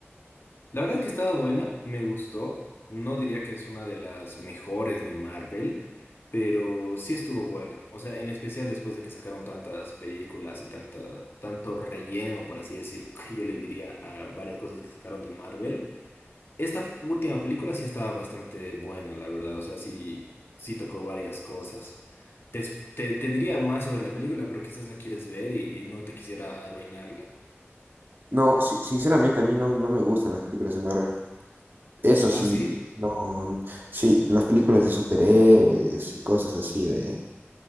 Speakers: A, on the left; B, on the right.
A: La verdad es que estaba buena, me gustó. No diría que es una de las mejores de Marvel, pero sí estuvo buena. O sea, en especial después de que sacaron tantas películas y tanta, tanto relleno, por así decir, <laughs> que yo le diría a varias cosas que sacaron de Marvel. Esta última película sí estaba bastante buena, la verdad. O sea, sí, sí tocó varias cosas. Te, es- te- te diría más sobre la película, pero quizás la quieres ver y, y no te quisiera arruinarla.
B: No, si- sinceramente a mí no, no me gustan las películas de Marvel. Eso
A: ¿Ah,
B: sí,
A: sí?
B: no, sí, las películas de superhéroes y cosas así de,